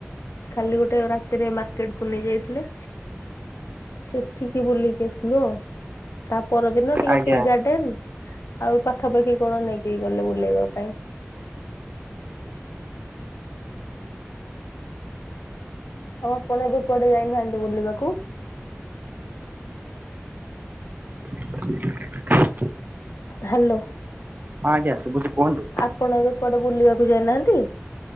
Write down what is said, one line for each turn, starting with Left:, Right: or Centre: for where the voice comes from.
Left: ଖାଲି ଗୋଟେ ରାତିରେ ମାର୍କେଟ କୁ ନେଇ ଯାଇଥିଲେ। ସେଠିକି ବୁଲିକି ଆସିଲୁ ଆଉ ତା ପରଦିନ ଟିକେ
Right: ଆଜ୍ଞା
Left: ଟି ଗାର୍ଡେନ ଆଉ ପାଖାପାଖି କଣ ନେଇକି ଗଲେ ବୁଲେଇବା ପାଇଁ। ଆଉ ଆପଣ ଏବେ କୁଆଡ଼େ ଯାଇନାହାନ୍ତି ବୁଲିବାକୁ?
Right: <inaudible>
Left: ହ୍ୟାଲୋ।
Right: ହଁ ଆଜ୍ଞା ଶୁଭୁଚି କୁହନ୍ତୁ।
Left: ଆପଣ ଏବେ କୁଆଡ଼େ ବୁଲିବାକୁ ଯାଇନାହାନ୍ତି।